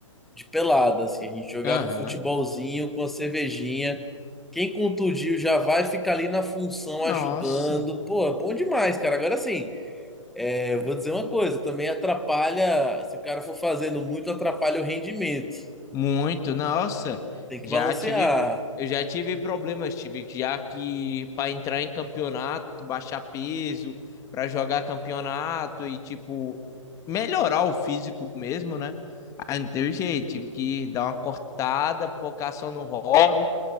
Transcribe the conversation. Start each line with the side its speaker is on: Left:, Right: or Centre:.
Centre: de pelada, assim. A gente jogava
Left: Aham,
Centre: um futebolzinho com a cervejinha. Quem contundiu já vai ficar ali na função
Left: Nossa.
Centre: ajudando. Pô, é bom demais, cara. Agora sim, é, eu vou dizer uma coisa, também atrapalha, se o cara for fazendo muito, atrapalha o rendimento.
Left: Muito, nossa,
Centre: Tem que
Left: já
Centre: balancear.
Left: tive, eu já tive problemas, tive já que para entrar em campeonato, baixar peso, para jogar campeonato e tipo melhorar o físico mesmo, né? Aí não teve jeito, tive que dar uma cortada, focar só no hobby,